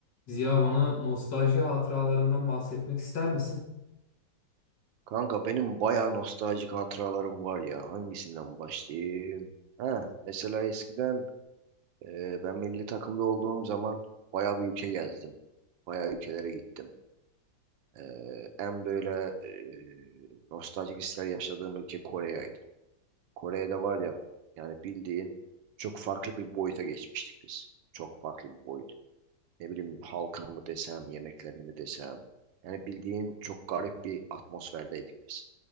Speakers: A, on the left; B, on the right.
A: Ziya bana nostalji hatıralarından bahsetmek ister misin?
B: Kanka benim bayağı nostaljik hatıralarım var ya. Hangisinden başlayayım? Ha, mesela eskiden e, ben milli takımda olduğum zaman bayağı bir ülke gezdim. Bayağı ülkelere gittim. E, en böyle e, nostaljik hisler yaşadığım ülke Kore'ydi. Kore'de var ya yani bildiğin çok farklı bir boyuta geçmiştik biz. Çok farklı bir boyut. Ne bileyim halkını mı desem, yemeklerini mi desem. Yani bildiğin çok garip bir atmosferdeydik biz.